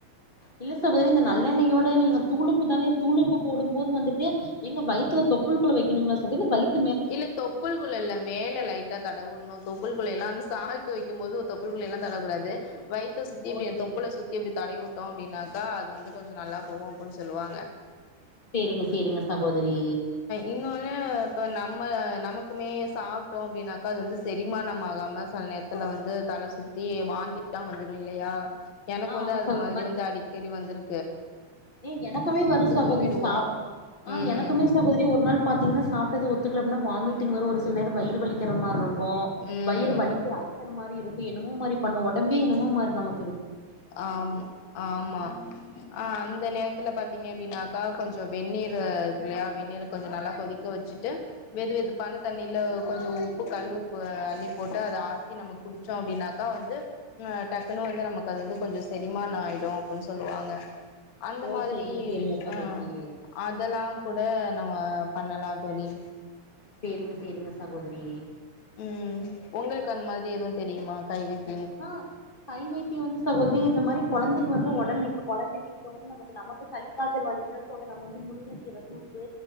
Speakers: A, on the left (about 15°); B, on the left (about 60°).
A: இல்ல சகோதிரி இந்த நல்லெண்ணெயோட நீங்க தூளுப்பு தானே தூளுப்பு போடும் போது வந்துட்டு எங்க வய்த்துல தொப்புள்குள்ள வெக்கணுங்களா சகோரி இல்ல வயித்
B: இல்ல தொப்புள்குள்ள இல்ல மேல லைட்டா தடவுட்னு தொப்புள் குள்ள எல்லா வந்து சால்ட் வைக்கும் போது தொப்புள்குள்ளயெல்லா தடவக்கூடாது வயித்த சுத்தி
A: ஓ
B: இப்டியே
A: செரிங்
B: தொப்புள சுத்தி இப்டி தடவி வுட்டோ அப்டின்னா க்கா அது வந்து கொஞ்ச நல்லா போவு அப்புன் சொல்வாங்க
A: சேரிங்க சேரிங்க சகோதரி
B: இன்னொன்னு இப்ப நம்ம நமக்குமே சாப்டோ அப்டின்னாக்கா அது வந்து செரிமானமாகாம சல் நேர்த்துல வந்து தல சுத்தி வாந்திலா வந்துரு இல்லயா எனக்கு
A: ஆ
B: வந்து
A: ஆமா
B: அது
A: சகோதரி
B: மாதிரி
A: மாரி
B: வந்து அடிக்கடி வந்துரு
A: ஏ எனக்குமே வரு சகோதரி
B: தூங்கிடுவோ
A: சாவ் ஆ
B: ம்
A: எனக்குமே சகோதரி ஒரு நாள் பாத்தீங்ன்னா சாப்டது ஒரு <unintelligible> இல்லன்னா வாமிடிங் வரு ஒரு சில நேர வயிறு வலிக்கிற மாரிருக்கு ஹோ
B: ம்
A: வயிறு வலிக்கு அல்சர் மாரியிருக்கு என்னமோமரி பண்ணு வொடம்பே என்னமோ மாரி நமக்
B: ஆமா ஆமா ஆ அ அந்த நேரத்துல பாத்தீங்க அப்டின்னாக்கா கொஞ் கொஞ்ச வெந்நீரு இருக்லயா வெந்நீர கொஞ்ச நல்லா கொதிக்க வச்சிட்டு வெது வெது பான தண்ணியில கொஞ்ச உப்பு கல்லு உப்பு அலி போட்டு அத ஆத்தி நம்ம குடிச்சோ அப்டின்னாக்கா வந்து அ டக்குனு வந்து நமக் க்க அது வந்து கொஞ்ச செரிமான ஆயிடு அப்டின் சொல்லுவாங்க அந்த
A: ஓ
B: மாதிரி
A: சேரிங்க சேரிங்க சகோதரி
B: அ அதெல்லா கூட நம்ம பண்ணலா தோழி
A: சேரிங்க சேரிங்க சகோதரி
B: ம் உங்களுக் அந்த மாரி எதுவு தெரியுமா கைவித்
A: ஆ கை வைத்தியோ வந்து சகோதரி வீ இத மாரி கொழந்தக்கி வந்து உடன இப்ப கொழந்தக்கி இப்ப வந்து நமக்கு நமக்கு சளிகாச்சல் வந்துச்சுன் சொல்லி நம்ம வந்து முருங்ககீற சூப்பு